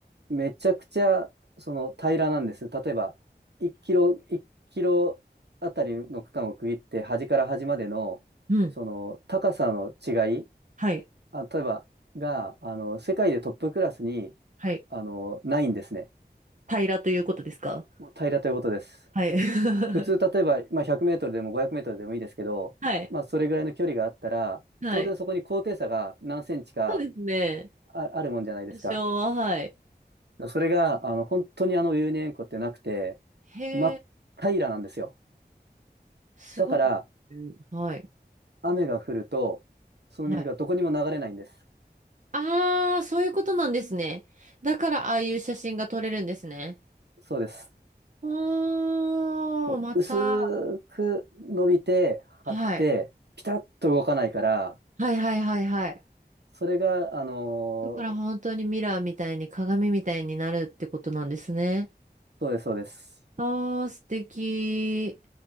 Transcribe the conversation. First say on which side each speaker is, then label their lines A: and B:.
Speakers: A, on the right; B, on the right.
A: めちゃくちゃその平らなんです。例えば1キロ、1キロあたりの区間を区切って端から端までのその高さの違い、
B: うん。はい。
A: あ、例えばがあの世界でトップクラスに
B: はい。
A: あのないんですね。
B: 平らということですか
A: もう平らということです。
B: はい。<laughs>
A: 普通例えば、まあ、100メートルでも500メートルでもいいですけど、
B: はい。
A: まあ、それぐらいの距離があったら当然そこに高低差が何センチか
B: はい。ですね。
A: あ、あるもんじゃないですか。
B: 多少は、はい。
A: それが、あの、本当にあの、有年塩湖ってなくて、
B: へえ、
A: 真っ平らなんですよ。
B: すごい。
A: だから、
B: はい。
A: 雨が降ると、その水がどこにも流れないんです。
B: はい。ああ、そういうことなんですね。だから、ああいう写真が撮れるんですね。
A: そうです。
B: おー、
A: こう、
B: また。
A: 薄く伸びて、
B: はい。
A: 張って、ピタッと動かないから、
B: はいはいはいはい。
A: それが、あのー
B: だから本当にミラーみたいに鏡みたいになるってことなんですね。
A: そうです、そうです。
B: ああ、素敵。